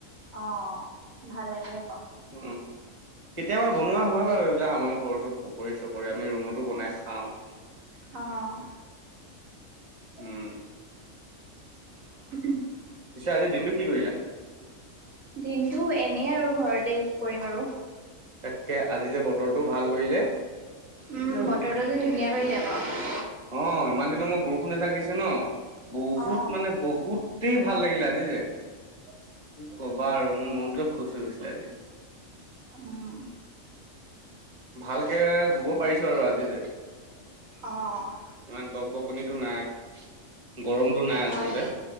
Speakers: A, on the right; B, on the right.
A: অ' ভাল লাগে আকৌ।
B: উম। কেতিয়াবা বনোৱা হয় বাৰু এইবিলাক আমাৰ ঘৰতো পকৰী চকৰি আমি ৰুমতো বনাই খাওঁ। <inaudible>
A: অ'।
B: উম।
A: <unintelligible>
B: পিছে আজিৰ দিনটো কি কৰিলা?
A: দিনটো এনেই আৰু ঘৰতে কি কৰিম আৰু।
B: তাকে আজি যে বতৰটোও ভাল কৰিলে।
A: উম
B: যে
A: বতৰটো যে ধুনীয়া কৰিলে আকৌ।
B: অ' ইমান দিনৰ মূৰক বৰষুণ এজাক দিছে ন বহুত
A: অ
B: মানে বহুত <unintelligible> ভাল লাগিলে আজি যে কি কবা আৰু মোৰ মনটোৱে খুচ হৈ গৈছিলে আজি।
A: উম।
B: ভালকে শুব পাৰিছো আৰু আজি যে।
A: অ'।
B: ইমান গপ গপনিটো নাই, গৰমটো নাই
A: হয়
B: আচলতে।